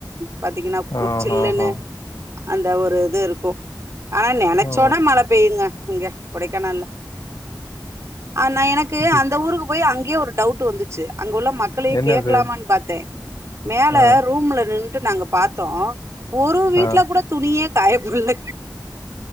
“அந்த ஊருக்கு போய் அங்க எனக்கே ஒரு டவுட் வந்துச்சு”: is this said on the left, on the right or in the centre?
Right